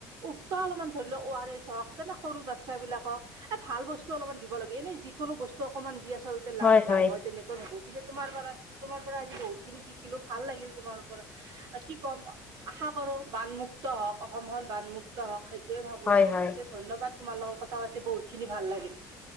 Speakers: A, on the right (about 60°); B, on the left (about 20°).
A: উকা অলপমান ধৰি লও অ আৰ এছ হওক তোন সৰু বাচ্ছাবিলাক হওক এ ভাল বস্তু অলপমান দিব লাগে এনেই যিকোনো বস্তু অকণমান দি আচলতে
B: হয়
A: লাভ
B: হয়
A: নাই মই তেনেকুৱা ভাবো পিছে তোমাৰ পৰা তোমাৰ পৰা আজি বহুত খিনি শিকিলো ভাল লাগিল তোমাৰ পৰা কি ক'ম আশা কৰো বান মুুক্ত হওক অসমখন বান মুুক্ত হওক সেইটোয়ে ভাবো
B: হয়
A: নি
B: হয়
A: ধন্যবাদ তোমাৰ লগত কথা পাতি বহুত খিনি ভাল লাগে